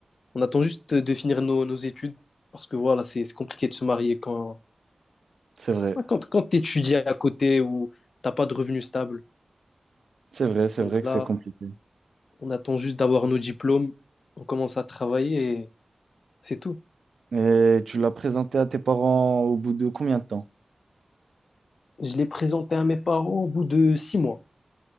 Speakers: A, on the left (about 85°); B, on the right (about 85°).
A: On attend juste de finir nos, nos études parce que voilà, c'est c'est compliqué de se marier quand,
B: C'est vrai.
A: ouais, quand, quand tu étudies à côté ou t'as pas de revenus stables.
B: C'est vrai, c'est
A: Donc
B: vrai que
A: là,
B: c'est compliqué.
A: on attend juste d'avoir nos diplômes, on commence à travailler et c'est tout.
B: Et tu l'as présenté à tes parents au bout de combien de temps?
A: Je l'ai présenté à mes parents au bout de six mois.